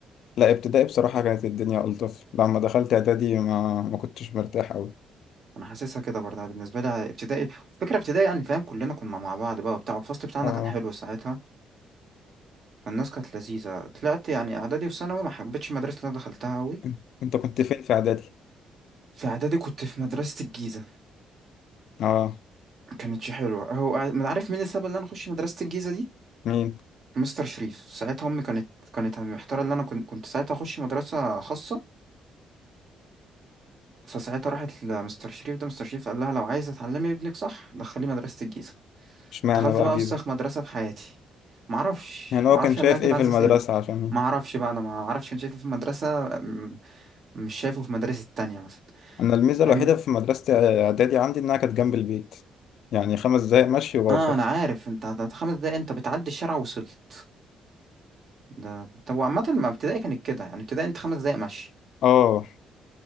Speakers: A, on the left; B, on the right.
A: لا ابتدائي بصراحة كانت الدنيا ألطف لما دخلت اعدادي ما ما كنتش مرتاح أوي
B: انا حاسسها كده برضه أنا بالنسبه لي ابتدائي فكره ابتدائي يعني فاهم كلنا كنا مع بعض بقى وبتاع والفصل بتاعنا
A: اه
B: كان حلو ساعتها فالناس كانت لذيذه طلعت يعني اعدادي وثانوي ما حبيتش المدرسه اللي انا دخلتها قوي
A: إن- انت كنت فين في اعدادي
B: في اعدادي كنت في مدرسه الجيزه
A: اه
B: ما كانتش حلوه هو ما عارف مين السبب اللي انا اخش مدرسه الجيزه دي
A: مين
B: مستر شريف ساعتها امي كانت كانت محتاره ان انا كنت كنت ساعتها اخش مدرسه خاصه فساعتها راحت لمستر شريف ده مستر شريف قال لها لو عايزه تعلمي ابنك صح دخليه مدرسه الجيزه
A: اشمعنى
B: دخلت
A: بقى
B: بقى
A: جيزة
B: وسخ مدرسة في حياتي معرفش
A: يعني هو
B: معرفش
A: كان شايف
B: قال لها كده
A: ايه
B: على
A: في
B: أساس
A: المدرسة
B: إيه
A: عشان
B: معرفش بقى أنا معرفش كان شايفه في مدرسة م- مش شايفه في مدرسة تانية مثلا
A: انا الميزة
B: فاهم
A: الوحيدة في مدرسة اعدادي عندي انها كانت جنب البيت يعني خمس دقايق مشي وبوصل
B: اه انا عارف انت هت- خمس دقايق انت بتعدي الشارع وصلت ده طب وعامة ما ابتدائي كانت كده يعني ابتدائي انت خمس دقايق ماشي
A: اه